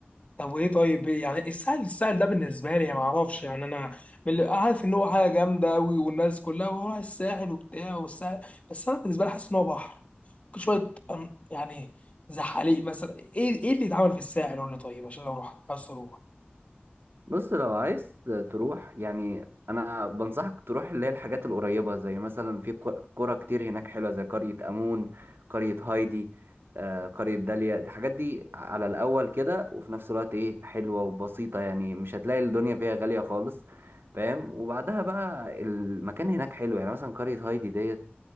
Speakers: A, on the left; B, on the right.
A: طب وايه طيب إيه يعني السهل السهل ده بالنسبه لي يعني ما اعرفش يعني انا من اللي عارف ان هو حاجه جامده قوي والناس كلها وراح الساحل وبتاع والساحل بس انا بالنسبه لي حاسس ان هو بحر ممكن شويه أم- يعني زحاليق مثلا ايه ايه اللي اتعمل في الساحل قول لي طيب عشان لو رحت عايز اروح
B: بص لو عايز تروح يعني انا بنصحك تروح اللي هي الحاجات القريبه زي مثلا في ق- قرى كتير هناك حلوه زي قريه امون قريه هايدي آه، قريه داليا الحاجات دي على الاول كده وفي نفس الوقت ايه حلوه وبسيطه يعني مش هتلاقي الدنيا فيها غاليه خالص فاهم وبعدها بقى المكان هناك حلو يعني مثلا قريه هايدي ديت